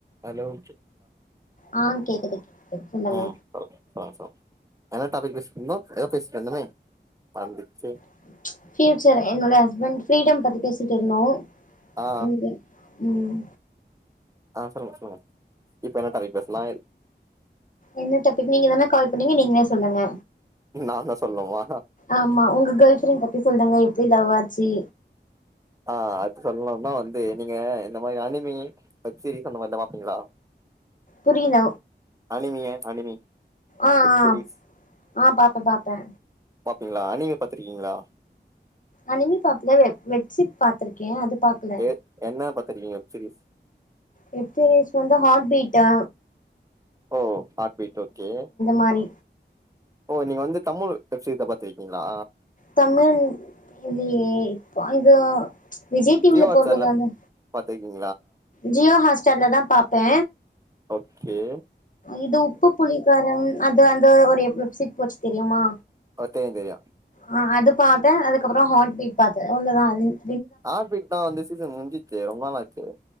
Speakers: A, on the right (about 20°); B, on the left (about 45°).
A: Hello <unintelligible>
B: ஆ கேக்குது கேக்குது சொல்லுங்க
A: ஆ சொல்லுங்க சொலுங்க சொல்லுங்க என்ன டாபிக் பேசி இருந்தோ ஏதாவோ பேசந்தமே மறந்திருச்சு
B: <unintelligible> சார் என்னோட ஹஸ்பண்ட் ஃப்ரீடம் பத்தி பேசிட்டு இருந்தோ <unintelligible>
A: ஆ
B: ம்
A: ஆ சொல்ங்க சொல்ங்க இப்ப என்ன தலைப் பேசலா
B: என்ன டபிக் நீங்கதான கால் பண்ணீங்க நீங்ளே சொல்லுங்க
A: நான்தா சொல்லணுமா
B: ஆமா உங்க கேர்ள் ஃப்ரெண்ட் பத்தி சொல்லுங்க பிளவாச்சி
A: ஆ அது சொல்ணும்னா வந்து நீங்க இந்த மாரி அனிமி வெப்சீரிஸ் அந்த மார்தா பாப்பீங்ளா
B: புரியல
A: அனிமிய அனிமி
B: ஆ
A: வெப்
B: ஆ
A: சீரிஸ்
B: ஆ பா பாப்பே
A: பாப்பீங்ளா அனிமே பாத்ருக்கீங்ளா
B: அனிமி பாப்ல வெ வெட்சிட் பாத்ருக்கே அது பாக்கல
A: ஏ என்ன பாத்திருக்கீங்க வெப்சிரீஸ்
B: வெப்சீரிஸ் வந்து ஹாட்பீட்டா
A: ஓ ஆட்பீட் ஓகே
B: மாரி
A: ஓ நீங்க வந்து தமிழ் வெப்சீர்தா பாத்திக்கீங்ளா
B: தமிழ் இல்லியே இப்ப இது விஜய் டிவில
A: ஜியோ ஹாட்
B: போறதாங்க
A: ஸ்டார்ல <unintelligible>
B: ஜியோ ஹாஸ்டார்லதா பாப் பே
A: ஓக்கே
B: இது உப்பு புளிக்காரம் அது அந்து ஒரு எப் சீப் போச்சி தெரியுமா
A: தெர்யு தெரியு
B: ஆ அதுபாத்தே அதுகப்பரோ ஹாட் பீட் பாத்தே அவ்ளதா அ
A: ஆட்பீட்தா வந்த சீசன் முஞ்சி ஏரோ <unintelligible>